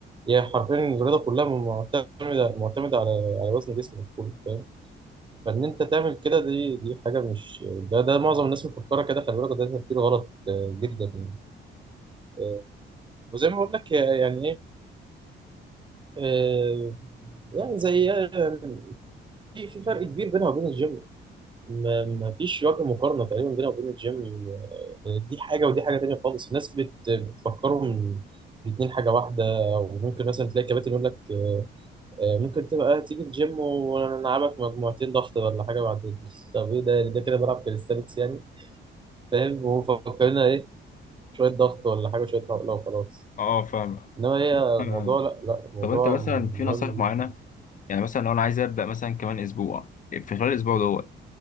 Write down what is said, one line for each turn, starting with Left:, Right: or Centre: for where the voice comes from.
Right: هي حرفيا الرياضة كلها معتمدة معتمدة على على وزن جسمك كله فاهم فان انت تعمل كده دي دي حاجه مش ده ده معظم الناس مفكره كده خلي بالك ده تفكير غلط آه، جدا يعني آه، وزي ما بقول لك آه، يعني ايه آه، يعني زي آه، في في فرق كبير بينها وبين الجيم ما ما فيش وجه مقارنه تقريبا بينها وبين الجيم آه، دي حاجه ودي حاجه تانيه خالص الناس بت بتفكرهم الاتنين حاجه واحده وممكن مثلا تلاقي كباتن يقول لك آه، آه، ممكن تبقى تيجي الجيم ونلعبك مجموعتين ضغط ولا حاجه بعد طب ايه ده ده كده بلعب كاليستانكس يعني فاهم ومفكرينها ايه شوية ضغط ولا حاجة شوية عقلة وخلاص
Left: اه فاهم
Right: انما هي
Left: آه،
Right: الموضوع لا لا الموضوع
Left: طب انت مثلا في
Right: مهم
Left: نصائح
Right: جدا
Left: معينة يعني مثلا لو انا عايز ابدأ مثلا كمان اسبوع في خلال الاسبوع دوت